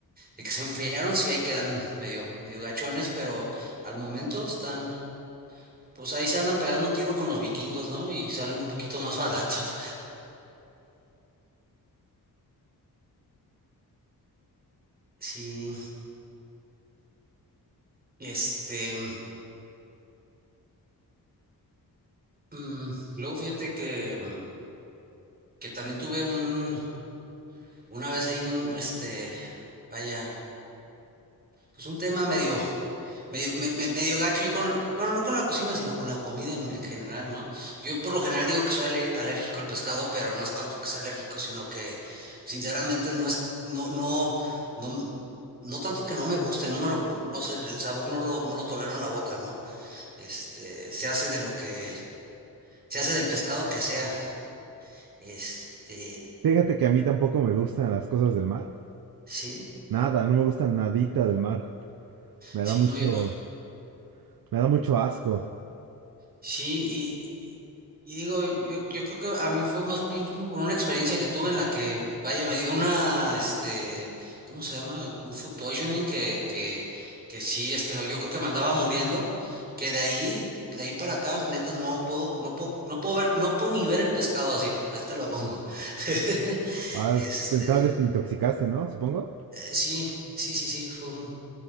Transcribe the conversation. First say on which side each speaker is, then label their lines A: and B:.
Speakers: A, on the right; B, on the right.
A: de que se enfriaron, sí ahí quedan medio, medio gachones, pero al momento están, pues ahí se andan pegando un tiro con los vikingos, ¿no? Y salen un poquito más <laughs> baratos. Sí, este, mm, luego fíjate que, mm, que también tuve un, una vez hay un, este, vaya, pues un tema medio Medio, me, me- medio gacho ahí con, bueno, no con la cocina, sino con la comida en, en general, ¿no? Yo por lo general digo que soy ale- alérgico al pescado, pero no es tanto que sea alérgico, sino que sinceramente no es, no, no, no, no tanto que no me guste, no me lo, no sé, el sabor no lo, no lo tolero en la boca, ¿no? Este, se hace de lo que, se hace del pescado que sea. Este,
B: Fíjate que a mí tampoco me gustan las cosas del mar.
A: sí,
B: Nada, no me gusta nadita del mar. Me
A: sí,
B: da mucho,
A: no, yo,
B: me da mucho asco.
A: sí, Y digo, yo, yo creo que a mí fue más bien como por una experiencia que tuve en la que, vaya, me dio una, este, ¿cómo se llama? Un food poisoning que, que, que sí, este, yo creo que me andaba muriendo, que de ahí, de ahí para acá, neta, no puedo, no puedo, no puedo ver, no puedo ni ver el pescado así, ahí te lo pongo. <laughs>
B: Ah,
A: Este,
B: es- tal vez
A: eh,
B: te intoxicaste, ¿no? Supongo.
A: sí, sí, sí, sí, fue un,